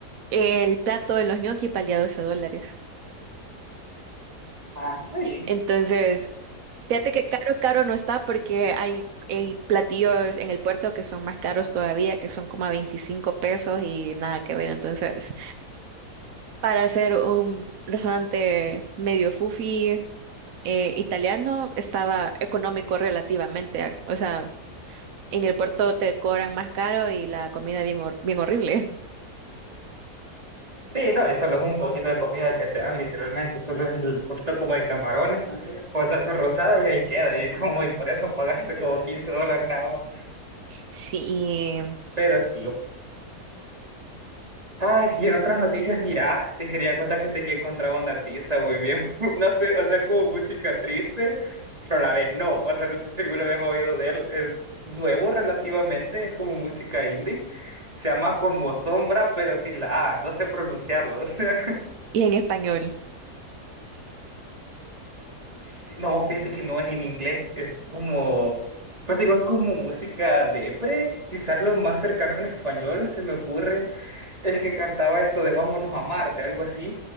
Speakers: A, on the right; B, on the right.
A: el plato de los ñoquis valía 12 dólares.
B: Ah, está bien.
A: Entonces, fíjate que caro, caro no está porque hay, hay platillos en el puerto que son más caros todavía, que son como a 25 pesos y nada que ver. Entonces, para hacer un restaurante medio fufi, eh, italiano estaba económico relativamente. O sea, en el puerto te cobran más caro y la comida bien, hor- bien horrible. <laughs>
B: Sí, no, y solo es un poquito de comida que te dan, literalmente. Solo es el poquito como de camarones con salsa rosada y ahí queda. Y es como, y por eso pagaste como 15 dólares nada más.
A: Sí, y,
B: Pero sí. Ay, y en otras noticias, mira, te quería contar fíjate, que he encontrado a un artista, güey, bien, <laughs> no sé, o sea, es como música triste, pero a la vez no, o sea, no sé si alguna vez has oído de él, es nuevo relativamente, es como música indie, se llama como Sombra, pero sin la A, no sé pronunciarlo, <laughs> o sea,
A: y en español.
B: sí, no, fíjate que no es en inglés, es como, pues digo, es como música de pre, quizás lo más cercano en español se me ocurre, el que cantaba esto de Vámonos a Marte, algo así,